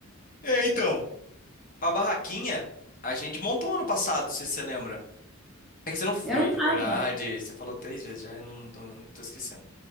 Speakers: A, on the left (about 40°); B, in the centre.
A: É, então. A barraquinha a gente montou ano passado, não sei se você lembra. É que você não foi,
B: Eu não tava.
A: é verdade. Você falou três vezes já, eu não, não tô esquecendo.